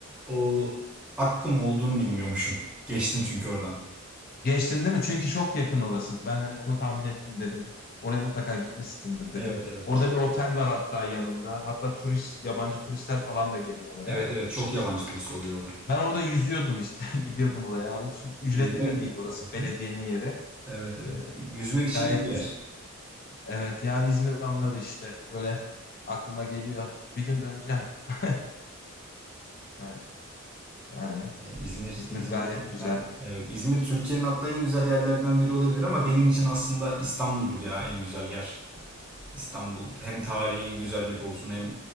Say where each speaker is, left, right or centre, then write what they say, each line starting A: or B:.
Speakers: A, in the centre; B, on the left (about 40°).
A: o, Akkum olduğunu bilmiyormuşum. Geçtim çünkü oradan.
B: Geçtin değil mi? Çünkü çok yakın orası. Ben hani onu tahmin ettim dedim. Oraya mutlaka gitmişsindir dedim.
A: Evet evet.
B: Orada bir otel var hatta yanında. Hatta turist, yabancı turistler falan da geliyor oraya.
A: Evet evet çok yabancı turist oluyor orada.
B: Ben orada yüzüyordum işte. <laughs> Gidiyordum oraya. Ücretli
A: Yüzmek...
B: de
A: Hı
B: değil orası.
A: hı.
B: Belediyenin yeri.
A: Evet evet.
B: Ee,
A: Yüzmek
B: gayet
A: için iyi bir yer.
B: güzel. Evet ya İzmir anları işte. Böyle aklıma geliyor. Bir gün döneceğim. <laughs> Evet, yani
A: Yani İzmir,
B: İzmir
A: İzmir
B: gayet
A: cidden,
B: güzel.
A: evet İzmir Türkiye'nin hatta en güzel yerlerden biri olabilir ama benim için aslında İstanbul'dur ya en güzel yer. İstanbul hem tarihi güzellik olsun hem